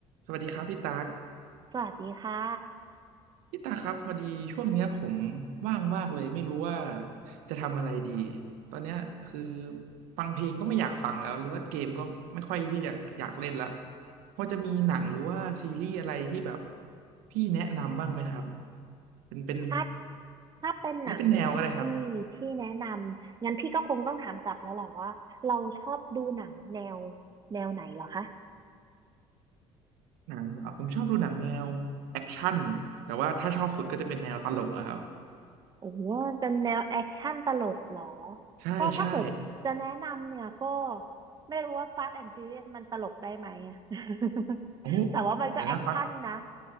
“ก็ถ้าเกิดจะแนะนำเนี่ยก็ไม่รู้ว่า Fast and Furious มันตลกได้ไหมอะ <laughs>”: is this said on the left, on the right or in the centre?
Right